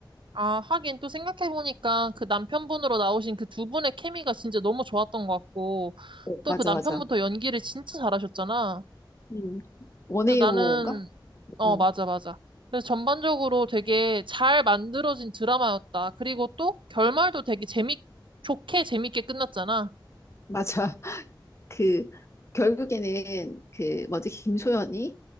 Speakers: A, on the right (about 80°); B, on the left (about 35°).
A: 아, 하긴 또 생각해보니까 그 남편분으로 나오신 그 두 분의 케미가 진짜 너무 좋았던 것 같고,
B: 어,
A: 또
B: 맞아
A: 그 남편부터
B: 맞아.
A: 연기를 진짜 잘하셨잖아.
B: 음. 원해요인가?
A: 그래서 나는, 어,
B: 음.
A: 맞아, 맞아. 그래서 전반적으로 되게 잘 만들어진 드라마였다. 그리고 또 결말도 되게 재밌, 좋게 재밌게 끝났잖아.
B: 맞아. <laughs> 그 결국에는 그 뭐지 김소연이